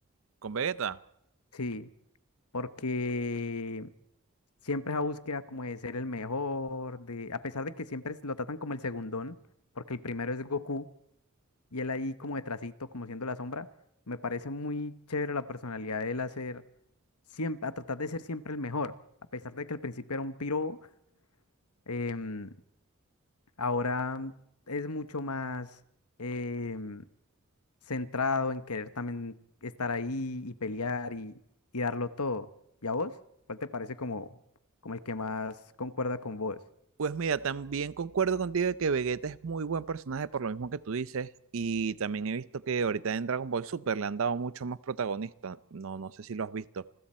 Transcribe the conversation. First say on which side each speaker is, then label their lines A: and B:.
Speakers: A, on the right; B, on the left.
A: Con Vegeta.
B: Sí, porque siempre esa búsqueda como de ser el mejor, de, a pesar de que siempre es- lo tratan como el segundón, porque el primero es Goku y él ahí como detrásito, como siendo la sombra, me parece muy chévere la personalidad de él hacer. siempre, a tratar de ser siempre el mejor. A pesar de que al principio era un piro, em, ahora es mucho más em, centrado en querer también estar ahí y pelear y, y darlo todo. ¿Y a vos? ¿Cuál te parece como, como el que más concuerda con vos?
A: Pues mira, también concuerdo contigo de que Vegeta es muy buen personaje por lo mismo que tú dices y también he visto que ahorita en Dragon Ball Super le han dado mucho más protagonista, no, no sé si lo has visto,